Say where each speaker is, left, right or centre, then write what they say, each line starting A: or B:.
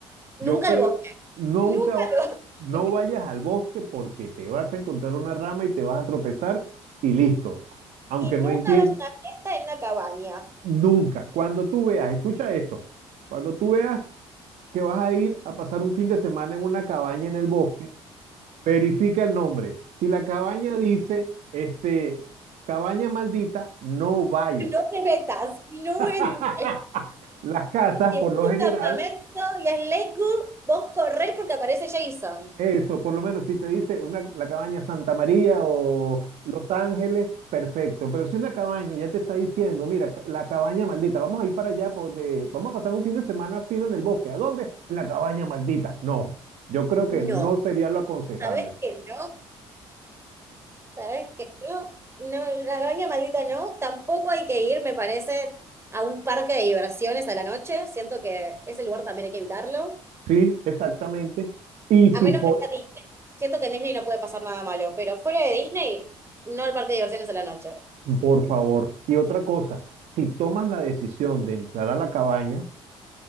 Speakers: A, on the right (about 20°); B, on the right (about 65°).
A: Nunca
B: Yo creo,
A: al bosque.
B: nunca,
A: Nunca al
B: no
A: bosque.
B: vayas
A: <laughs>
B: al bosque porque te vas a encontrar una rama y te vas a tropezar y listo. Aunque
A: Y nunca
B: no entiendas,
A: hagas una fiesta en una cabaña.
B: nunca. Cuando tú veas, escucha esto, cuando tú veas que vas a ir a pasar un fin de semana en una cabaña en el bosque, Verifica el nombre. Si la cabaña dice, este, cabaña maldita, no vaya.
A: No te metas. No
B: <laughs>
A: en... <laughs>
B: Las casas,
A: Si
B: por
A: vas
B: lo
A: a
B: general,
A: un campamento y es Lakewood, vos corrés porque aparece Jason.
B: eso, por lo menos si te dice una, la cabaña Santa María o Los Ángeles, perfecto. Pero si una cabaña ya te está diciendo, mira, ca- la cabaña maldita, vamos a ir para allá, por de- vamos a pasar un fin de semana fino en el bosque. ¿A dónde? En la cabaña maldita. No, yo creo que
A: No.
B: no sería lo aconsejable.
A: ¿Sabés que no? ¿Sabes que Yo, no, la Granja Maldita no, tampoco hay que ir, me parece, a un parque de diversiones a la noche. Siento que ese lugar también hay que evitarlo.
B: Sí, exactamente. Y
A: A
B: si,
A: menos
B: po-
A: que sea Disney. Siento que en Disney no puede pasar nada malo, pero fuera de Disney, no el parque de diversiones a la noche.
B: Por favor. Y otra cosa, si tomas la decisión de entrar a la cabaña,